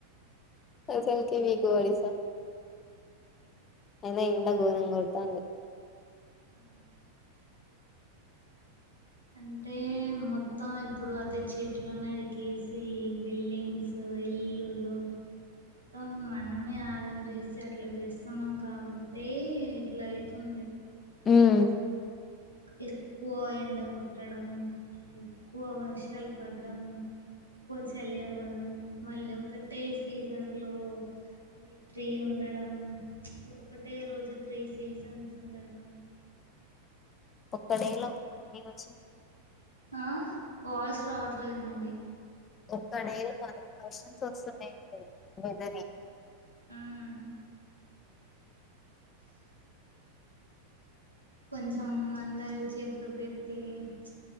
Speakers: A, on the left; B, on the right.
A: అసలు కె వీక్ గా ఒడిసా అయినా ఎండ ఘోరంగా కొడుతంది.
B: అవును అంటే మొత్తం ఇప్పుడు అదే చెట్లు నరికేసి బిల్డింగ్స్ ఇల్లులు మొత్తం మనమే ఆగం చేసి అట్లా చేస్తున్నాం కాబట్టే ఇట్లా అయితుంది.
A: ఉమ్
B: ఎక్కువ ఎండ కొట్టడం ఎక్కువ వర్షాలు పడ్డం ఎక్కువ చలి అవ్వడం మళ్ళీ ఒకటే సీజన్లో అవి త్రీ ఉండడం. ఒకటే రోజు త్రీ సీజన్స్ ఉండడం.
A: ఒక్కడే లో <unintelligible>
B: ఆ వాయిస్ రావట్లేదు నీది
A: ఒక్కడే లో <unintelligible> వస్తున్నాయి వేథర్వి
B: మ్మ్ కొంచెం అందరి చెట్లు పెట్టి చమ్